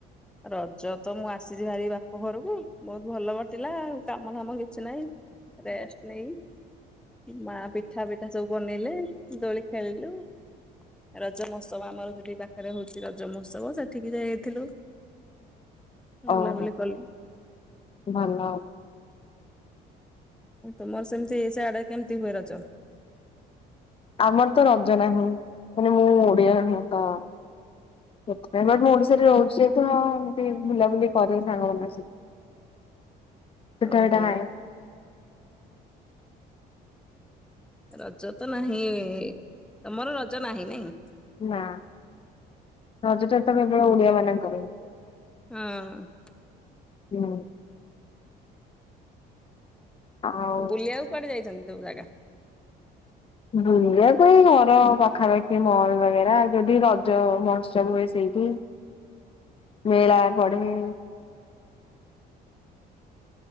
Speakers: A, in the centre; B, on the left (about 35°).
A: ରଜ ତ ମୁଁ ଆସିଛି ଭାରି ବାପ ଘରକୁ। ବହୁତ ଭଲ କଟିଲା ଆଉ କାମ ଧାମ କିଛି ନାହିଁ। ରେଷ୍ଟ ନେଇ ମା ପିଠା ପିଠା ସବୁ ବନେଇଲେ ଦୋଳି ଖେଳିଲୁ। ରଜ ମହୋତ୍ସବ ଆମର ସେଠି ପାଖରେ ହଉଛି ର ଜ ମହୋତ୍ସବ ସେଠିକି ଯାଇଥିଲୁ। ବୁଲାବୁଲି
B: ଓହୋ
A: କଲୁ।
B: ଭଲ।
A: ତୁମର ସେମିତି ସିଆଡେ କେମିତି ହୁଏ ରଜ?
B: ଆମର ତ ରଜ ନାହିଁ। ମାନେ ମୁଁ ଓଡିଆ ନୁହେଁ ତ ସେଥିପାଇଁ। ବଟ୍ ମୁଁ ଓଡିଶାରେ ରହୁଛି ଯେହେତୁ ହଁ ଏମିତି ବୁଲାବୁଲି କରେ ସାଙ୍ଗମାନଙ୍କ ସହିତ। ପିଠା
A: ଓହୋ
B: ପିଠା ହୁଏ।
A: ରଜ ତ ନାହିଁ, ତମର ରଜ ନାହିଁ ନାଇଁ?
B: ନା ରଜଟା ତ କେବଳ ଓଡିଆ ମାନଙ୍କର।
A: ହଁ।
B: ହୁଁ। ଆଉ
A: ବୁଲିବାକୁ କୁଆଡେ ଯାଇଛନ୍ତି ସବୁ ଜାଗା?
B: ବୁଲିବା ପାଇଁ ଘର ପାଖାପାଖି ମଲ ବଗେରା, ଯଦି ରଜ ମହତ୍ସବ ହୁଏ ସେଇଠି। ମେଳା ପଡେ